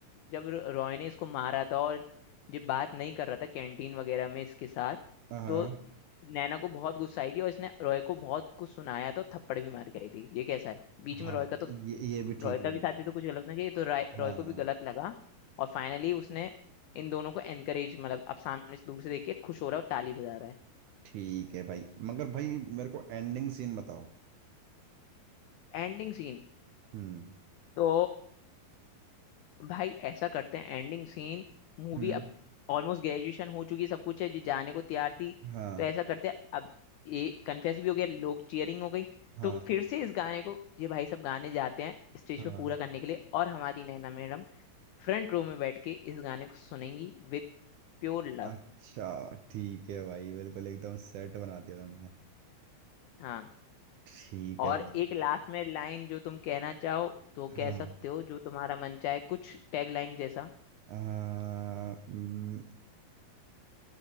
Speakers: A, on the left (about 85°); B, on the right (about 70°).
A: जब र- रॉय ने इसको मारा था और जब बात नहीं कर रहा था कैंटीन वगैरह में इसके साथ
B: हाँ
A: तो नैना को बहुत गुस्सा आई थी और इसने रॉय को बहुत कुछ सुनाया तो थप्पड़ भी मार गई थी ये कैसा है बीच में
B: हाँ
A: रॉय का तो
B: ये ये भी ठीक
A: रॉय का
B: है
A: भी साथ भी तो कुछ गलत नहीं चाहिए तो रॉय
B: हाँ
A: रॉय को भी गलत लगा और फाइनली उसने इन दोनों को एनकरेज मतलब अब सामने से दूर से देख के खुश हो रहा है और ताली बजा रहा है
B: ठीक है भाई मगर भाई मेरे को एंडिंग सीन बताओ
A: Ending scene
B: हम्म
A: तो भाई ऐसा करते हैं एंडिंग सीन मूवी
B: हम्म
A: अब ऑलमोस्ट ग्रेजुएशन हो चुकी है सब कुछ है जी जाने को तैयार थी
B: हाँ
A: तो ऐसा करते हैं अब ये कन्फेस भी हो गया लोग चीयरिंग हो गई
B: हाँ
A: तो फिर से इस गाने को ये भाई सब गाने जाते हैं स्टेज
B: हाँ
A: पे पूरा करने के लिए और हमारी नैना मैडम फ्रंट रो में बैठ के इस गाने को सुनेंगी विथ प्योर लव
B: अच्छा ठीक है भाई बिल्कुल एकदम सेट बना दिया तुमने
A: हाँ
B: ठीक
A: और
B: है भाई
A: एक लास्ट में लाइन जो तुम कहना चाहो तो
B: हाँ
A: कह सकते हो जो तुम्हारा मन चाहे कुछ टैग लाइन जैसा
B: आ, हम्म,